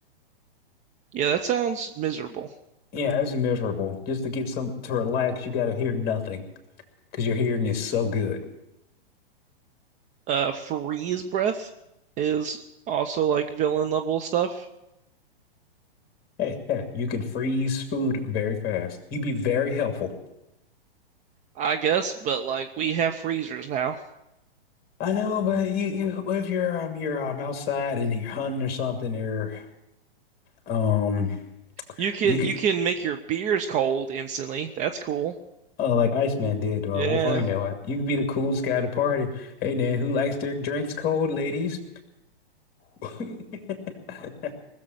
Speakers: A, on the right; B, on the left.
A: Yeah, that sounds miserable.
B: Yeah, that's miserable. Just to get some to relax, you got to hear nothing. because your hearing is so good.
A: Uh, freeze breath is also like villain level stuff,
B: Hey, hey, you can freeze food very fast. You'd be very helpful.
A: I guess, but like we have freezers now.
B: I know, but you, you if you're um you're um outside and you're hunting or something or um
A: You can
B: you could
A: you can make your beers cold instantly. That's cool.
B: uh like Iceman did to
A: Yeah,
B: uh, Wolverine way. You could be the coolest guy at the party. Hey man, who likes their drinks cold, ladies? <laughs>